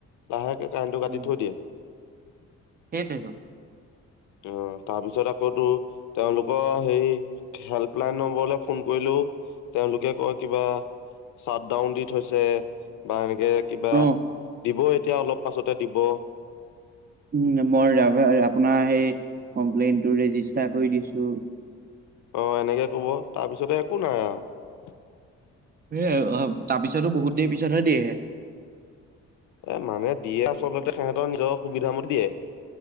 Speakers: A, on the left; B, on the right.
A: লাহেকে কাৰেন্টটো কাটি
B: উম
A: থৈ দিয়ে।
B: সেইটোৱেইটো
A: অ তাৰপিছত আকৌ তো তেওঁলোকৰ হেই হেল্পলাইন নম্বৰলৈ ফোন কৰিলো তেওঁলোকে কয় কিবা চাট ডাউন দি থৈছে বা এ- নেকে কিবা
B: অ
A: দিব এতিয়া অলপ পাছতে দিব
B: উম বৰাবে আপোনাৰ সেই কমপ্লেইনটো ৰেজিষ্টাৰ কৰি দিছো
A: অ এনেকে কব তাৰপিছতে একো নাই আৰু।
B: হে তাৰ পিছতো বহুত দেৰি পিছতহে দিয়ে।
A: এ মানুহে দিয়ে আচলতে সিহঁতৰ নিজৰ সুবিধামতে দিয়ে